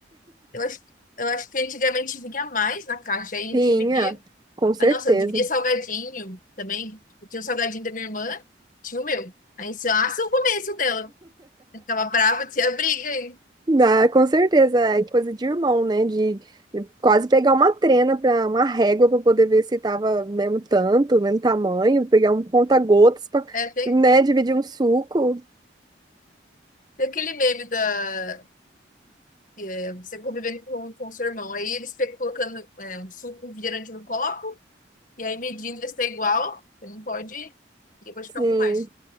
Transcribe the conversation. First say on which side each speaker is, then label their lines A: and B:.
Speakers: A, on the left (about 45°); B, on the right (about 20°).
A: Eu acho, eu acho que antigamente vinha mais na caixa, aí a gente
B: Tinha,
A: dividia
B: com certeza.
A: Mas, nossa, eu dividia salgadinho também. Eu tinha um salgadinho da minha irmã, tinha o meu. Aí se eu o começo dela. Eu ficava brava, tinha briga, hein?
B: Ah, com certeza, é coisa de irmão, né? De de quase pegar uma trena para uma régua para poder ver se tava mesmo tanto, mesmo tamanho, pegar um conta-gotas para,
A: É, tem,
B: né, dividir um suco.
A: tem aquele meme da. é, você convivendo com, com seu irmão. Aí eles pe- colocando é, um suco, um refrigerante no copo, e aí medindo ver se tá igual, porque não pode, e depois ficar
B: Sim.
A: com mais.